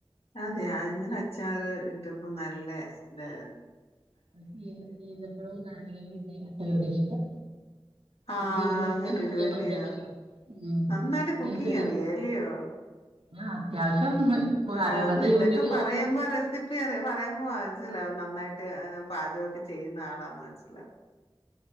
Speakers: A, on the left; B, on the right.
A: അതെ അങ്ങനെ അച്ചാറ് ഇട്ടപ്പോ നല്ല ഇതായി
B: എനിക്ക് ഈന്ത ഈന്തപ്പഴവും നാരങ്ങേമ് കുടി ഇടുന്നെ അച്ചാറ ഇഷ്ടം.
A: ആഹ്
B: അത് ഇടുമ്പോ
A: അങ്ങനെ
B: ചെറിയ
A: ഇടുവല്ലിയോ
B: മധുരം ഉണ്ടല്ലോ ഉം
A: നന്നായിട്ട് കുക്കിങ്
B: അതിന് ചെറിയ
A: അറിയാം അല്ലിയോ
B: ഞാൻ അത്യാവശ്യം ഇപ്പൊ അറിയാൻ
A: അ
B: പറ്റാത്ത
A: അതെ ഇതൊക്കെ
B: യൂട്യൂബിൽ
A: പറയുമ്പോ
B: നോക്കും
A: റെസിപ്പി അറിയ പറയുമ്പോ അ നസ്സിലാവും നന്നായിട്ട് ആ പാചകൊക്കെ ചെയ്യുന്ന ആളാന്ന് മനസ് ല്ല